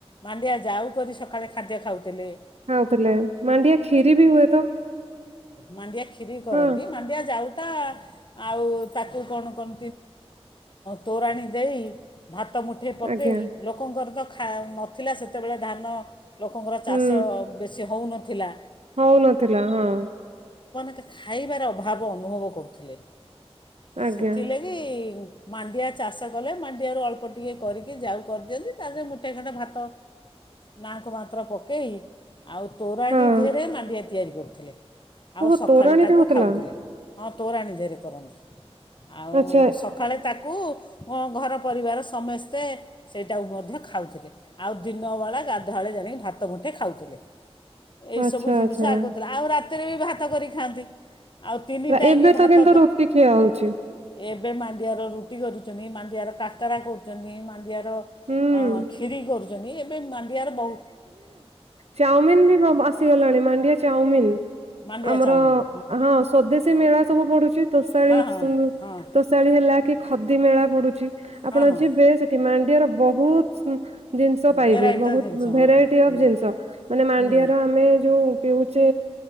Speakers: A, on the left; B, on the right.
A: ମାଣ୍ଡିଆ ଯାଉ କରିରି ସକାଳେ ଖାଦ୍ୟ ଖାଉଥିଲେ।
B: ହାଉଥିଲେ ମାଣ୍ଡିଆ ଖଷିରି ବି ହୁଏ ତ
A: ମାନଡିିଆ କି ବିକିରି କରନ୍ତି
B: ହଁ
A: ମାଣ୍ଡିଆ ଯାଉ ଆଉ ତାକୁ କଣ କର ତୋ ଦେଇ ଭ ହାତ ମୁଠେ ପକେଇ
B: ଆଜ୍ଞା
A: ଲୋକଙ୍କର ତ ନଥିଲା ସେତେବେଳେ ଧାନ ଲୋକଙ୍କର
B: ହୁଁ
A: ଚାଷ ସେ ହେଉନଥିଲା।
B: ହଉନଥିଲା ହଁ।
A: ମୋତେ ଖାଇବାର ଅଭାବ ଅନୁଭବ କରୁଥିଲେ।
B: ଆଜ୍ଞା
A: ସେଥିଲାଗି ମାଣ୍ଡିଆ ଚାଷ କଲେ ମାଣ୍ଡିଆରୁ ଅଳ୍ପ ଟିକଏ କରିକି ଯାଉ କରିଦିଅନ୍ତି ତାହରେ ମୁଠେ ଖଣ୍ଡେ ଭାତ ନାଁକୁ ମାତ୍ର ପକାଇ ଆଉ ତୋରାଣୀ
B: ହଁ
A: ଧରେ ମାଣ୍ଡିଆ ତିଆରି କରୁଥିଲେ। ଆଉ
B: ଓହୋ
A: ସକାଳେ
B: ତୋରାଣୀରେ
A: ତାକୁ
B: ହଉଥିଲା
A: ଖାଉଥିଲେ ହଁ ତୋରାଣୀ ଦେରେ କରନ୍ତି ଆଉ
B: ଆଚ୍ଛା
A: ସଳେ ତାକୁ କୁ ଘର ପରିବାର ସମସ୍ତେ ସେଇଟାକୁ ମଧ୍ୟ ଖାଉଥିଲେ ଆଉ ଦିନବେଳା ଗାଧୁଆଳେ ଜାଇି ଭାତ ଗୁଣ୍ଠେଇ ଖାଉଥିଲେ। ଏଇ
B: ଆଚ୍ଛା
A: ସବୁ ଜିନିଷ
B: ଆଚ୍ଛା
A: ଆଗଦଥିଲା ଆଉ ରା ବି ଭାତ କରି ଖାଆନ୍ତି। ଆଉ ତିନି
B: ରା-
A: ଟାଇମ୍
B: ଏବେ
A: ଭାତ
B: କିନ୍ତୁ
A: ତ
B: ରୁଟି ଖିଆ ହଉଛି
A: ଏବେ ମ ମାଣ୍ଡିଆ ରୁଟି କରୁଛନ୍ତି ମାଣ୍ଡିଆର କାକରା କରୁଛନ୍ତି ମାଣ୍ଡିଆ
B: ହୁଁ
A: ଅ କ୍ଷୀରି କରୁଛନ୍ତି ଏବେ ମାଣ୍ଡିଆରେ ବହୁ
B: ଚାଉମିନ ବି ଆସିଗଲାଣି ମାଣ୍ଡିଆ ଚାଉମିନନ୍ ହଁ।
A: ମାଣ୍ଡିଆ
B: ଆମର
A: ଚାଉମିନ୍
B: ହଁ ସଦେଶୀ ମେଳା ସବୁ ପଡୁଛି। ତୋଷାଳ
A: ହଁ ହଁ ହଁ
B: ତୋଷାଳିୀଆ ଲାକ ଖଦି ମେଳା ପଡୁଛି ଆପଣ
A: ହଁ ହଁ
B: ଯିବେ ସେଠି ମାଣ୍ଡିଆର ବହୁତ ଜିନିଷ ପାଇବେ
A: ଭେରାଇଟିର
B: ବହୁତ
A: ଜିନିଷ
B: ଭେରାଇଟି
A: ହଁ ହଁ
B: ଅଫ
A: ହୁଁ
B: ଜିନିଷ ମାନେ ମାଣ୍ଡିଆର
A: ହୁଁ
B: ଆମେ ଯୋଉ ପିଉଛେ